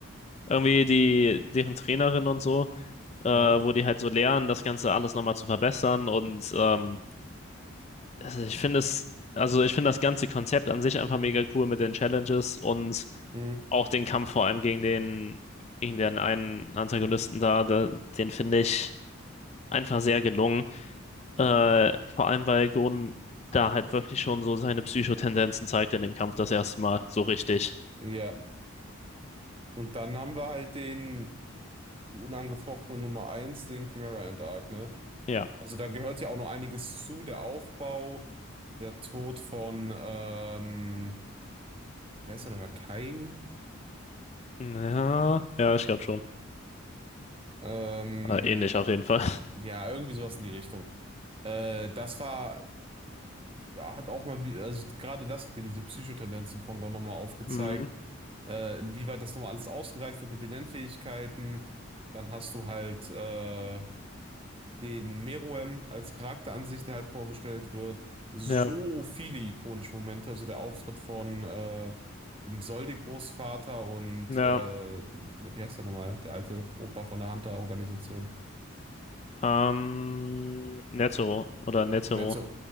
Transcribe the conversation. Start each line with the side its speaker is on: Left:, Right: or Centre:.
Left: Irgendwie die, deren Trainerin und so, äh, wo
Right: ja.
Left: die halt so lernen, das Ganze alles nochmal zu verbessern. Und ähm, also ich finde es, also ich finde das ganze Konzept an sich einfach mega cool mit den Challenges und
Right: Mhm.
Left: auch den Kampf vor allem gegen den, gegen den einen Antagonisten da, da den finde ich einfach sehr gelungen. Äh, vor allem, weil Gon da halt wirklich schon so seine Psychotendenzen zeigt in dem Kampf das erste Mal. So richtig.
Right: Ja. Und dann haben wir halt den. die unangefochtene Nummer eins, den Chimera and Arc, ne?
Left: Ja.
Right: Also da gehört ja auch noch einiges zu, der Aufbau, der Tod von, ähm, wie heißt der nochmal, Kai?
Left: Ja, ja, ich glaube schon.
Right: Ähm,
Left: Äh, ähnlich auf jeden Fall. <laughs>
Right: ja, irgendwie sowas in die Richtung. Äh, das war, ja, hat auch mal, wie- also gerade das hat ja diese Psychotendenzen von Gon nochmal aufgezeigt,
Left: Mhm.
Right: äh, inwieweit das nochmal alles ausgereift wird mit den Lernfähigkeiten. Dann hast du halt äh, den Meruem als Charakter an sich, der halt vorgestellt wird. So
Left: Ja,
Right: viele ikonische Momente, also der Auftritt von äh, dem Soldi-Großvater und
Left: ja.
Right: äh, ne, wie heißt der nochmal? Der alte Opa von der Hunter-Organisation.
Left: Ähm, Netero oder Netero.
Right: Netzo,